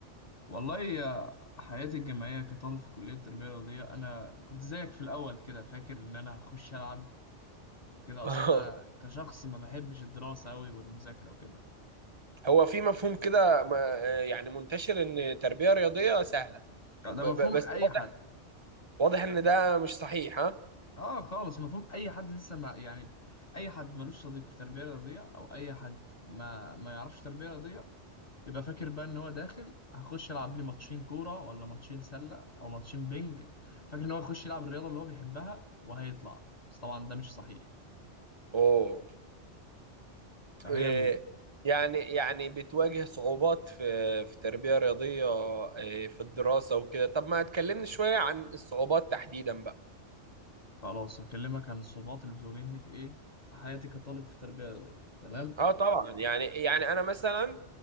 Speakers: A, on the left; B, on the right.
A: والله آه، حياتي الجامعية كطالب في كلية التربية الرياضية أنا كنت زيك في الأول كده فاكر إن أنا هخش ألعب وكده
B: <laughs>
A: أصلا
B: آه.
A: أنا كشخص ما بحبش الدراسة أوي والمذاكرة وكده
B: هو في مفهوم كده ما- يعني منتشر إن تربية رياضية سهلة
A: لا،
B: وب-
A: ده
B: ب-
A: مفهوم
B: بس
A: أي
B: واضح
A: حد
B: واضح إن ده مش صحيح ها؟
A: آه خالص مفهوم أي حد لسه ما يعني أي حد ملوش صديق في التربية الرياضية أو أي حد ما ما يعرفش تربية رياضية بيبقى فاكر بقى إن هو داخل هخش ألعب لي ماتشين كورة ولا ماتشين سلة أو ماتشين بينج فاكر إن هو يخش يلعب الرياضة اللي هو بيحبها وهيطلع بس طبعا ده مش صحيح
B: أوه
A: فهي
B: إيه، يعني يعني بتواجه صعوبات في في تربية رياضية إيه، في الدراسة وكده طب ما تكلمني شوية عن الصعوبات تحديدا بقى
A: خلاص هكلمك عن الصعوبات اللي بتواجهني في ايه في حياتي كطالب في تربية رياضية تمام
B: اه طبعا يعني يعني انا مثلا